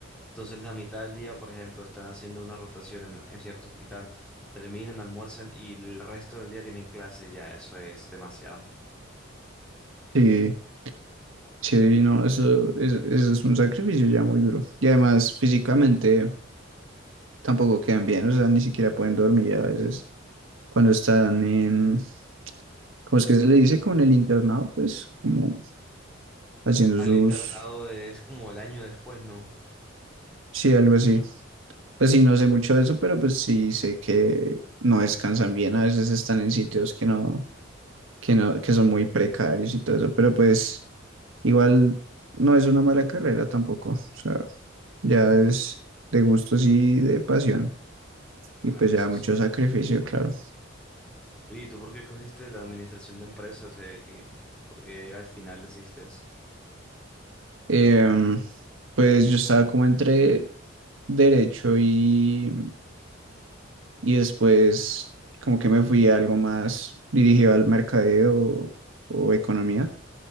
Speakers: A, in the centre; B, on the right.
A: Entonces, la mitad del día, por ejemplo, están haciendo una rotación en, en cierto hospital, terminan, almuerzan y el resto del día tienen clase, ya, eso es demasiado.
B: Sí, sí, no, eso es, eso es un sacrificio ya muy duro. Y además, físicamente tampoco quedan bien, o sea, ni siquiera pueden dormir a veces cuando están en, ¿cómo es que se le dice? Como en el internado, pues como haciendo
A: al
B: sus,
A: internado de- es como el año después, ¿no?
B: sí, algo así. Pues sí, no sé mucho de eso, pero pues sí sé que no descansan bien, a veces están en sitios que no que no, que son muy precarios y todo eso, pero pues igual no es una mala carrera tampoco, o sea, ya es de gustos y de pasión
A: Bueno,
B: y pues
A: eso
B: ya mucho
A: sí.
B: sacrificio, claro.
A: Oye, ¿y tú por qué cogiste la administración de empresas? Eh, que- ¿Por qué al final decidiste eso?
B: Em, pues yo estaba como entre derecho y, y después como que me fui a algo más dirigido al mercadeo o, o economía